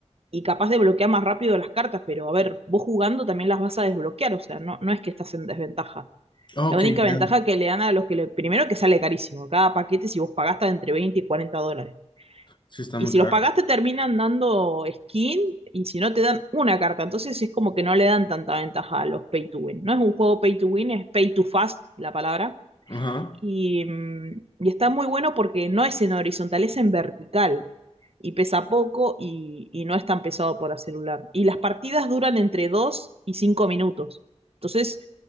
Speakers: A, on the right; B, on the left.
A: y capaz de bloquear más rápido las cartas, pero a ver, vos jugando también las vas a desbloquear, o sea, no, no es que estás en desventaja.
B: Ok,
A: La única ventaja
B: ya.
A: que le dan a los que le... Primero que sale carísimo, cada paquete si vos pagaste entre 20 y 40 dólares.
B: Sí está
A: Y
B: muy
A: si
B: caro.
A: los pagaste terminan dando skin y si no te dan una carta, entonces es como que no le dan tanta ventaja a los pay to win. No es un juego pay to win, es pay to fast la palabra,
B: Ajá.
A: y, mm, y está muy bueno porque no es en horizontal, es en vertical y pesa poco y, y no es tan pesado para celular. Y las partidas duran entre 2 y 5 minutos. Entonces,